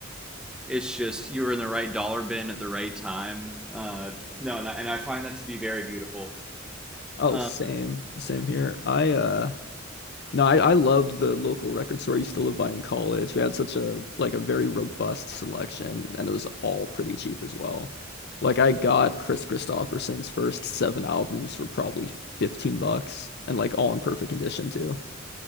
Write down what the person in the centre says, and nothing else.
It's just you were in the right dollar bin at the right time. Uh, no, and I, and I find that to be very beautiful.
Um,